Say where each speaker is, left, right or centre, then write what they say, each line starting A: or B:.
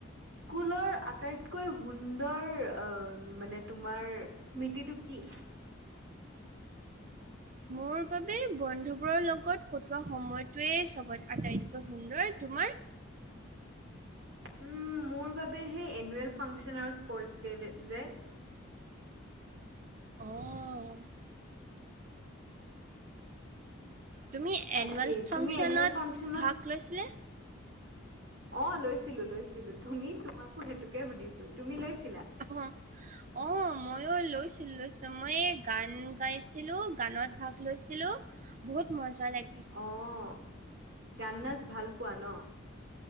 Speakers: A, on the right; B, on the right.
A: স্কুলৰ আটাইত তকৈ সুন্দৰ অ' মানে তোমাৰ স্মৃতিটো কি?
B: মোৰ বাবে বন্ধুবোৰৰ লগত কটোৱা সময়টোৱেই চবত আটাইতকৈ সুন্দৰ। তোমাৰ?
A: উম, মোৰ বাবে সেই এনুৱেল ফাংচন আৰু স্পৰ্ট <unintelligible>
B: অঁ। তুমি
A: তাকে
B: এনুৱেল ফাংচনত
A: তুমি এনুৱেল ফাংচনত
B: ভাগ লৈছিলে?
A: অ লৈছিলো লৈছিলো। তুমি তোমাকো সেইটোকে সুধিছো, তুমি লৈছিলা?
B: হা! অ' ময়ো লৈছিলো লৈছিলো। মই গান গাইছিলোঁ। গানত ভাগ লৈছিলোঁ। বহুত মজা লাগে।
A: অ' গান-নাচ ভাল পোৱা ন?